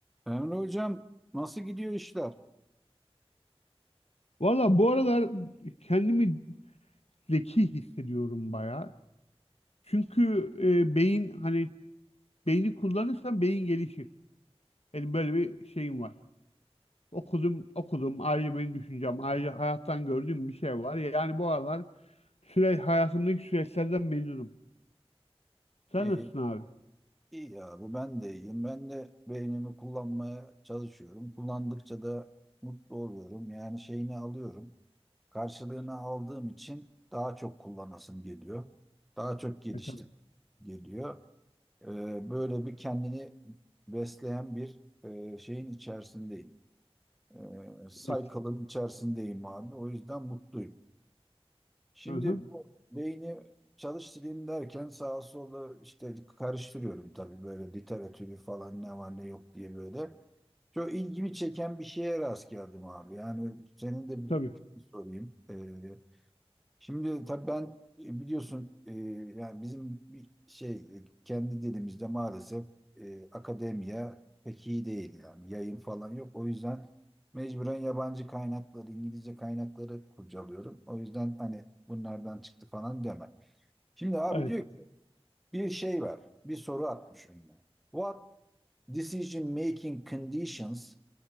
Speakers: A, in the centre; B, on the left.
A: Emre Hocam nasıl gidiyor işler?
B: Valla bu aralar kendimi zeki hissediyorum bayağı. Çünkü e, beyin hani beyni kullanırsan beyin gelişir. Benim böyle bir şeyim var. Okudum, okudum. Ayrıca benim düşüncem, ayrıca hayattan gördüğüm bir şey var. Yani bu aralar süre, hayatımdaki süreçlerden memnunum. Sen
A: İyi,
B: nasılsın abi?
A: iyi ya bu ben de iyiyim. Ben de beynimi kullanmaya çalışıyorum. Kullandıkça da mutlu oluyorum. Yani şeyini alıyorum. Karşılığını aldığım için daha çok kullanasım geliyor. Daha çok geliştim
B: E, tabii.
A: geliyor. Ee, böyle bir kendini besleyen bir e, şeyin içerisindeyim. Ee, cycle'ın
B: Evet.
A: içerisindeyim abi. O yüzden mutluyum. Şimdi
B: Hı hı.
A: bu beyni çalıştırayım derken sağa sola işte karıştırıyorum tabii böyle literatürü falan ne var ne yok diye böyle. Çok ilgimi çeken bir şeye rast geldim abi. Yani senin de bir
B: Tabii.
A: fikrini sorayım. Ee, Şimdi tabii ben e, biliyorsun e, yani bizim bir şey e, kendi dilimizde maalesef e, akademiya pek iyi değil yani yayın falan yok. O yüzden mecburen yabancı kaynakları, İngilizce kaynakları kurcalıyorum. O yüzden hani bunlardan çıktı falan deme. Şimdi abi
B: Evet.
A: diyor bir şey var. Bir soru atmış önüne. What decision making conditions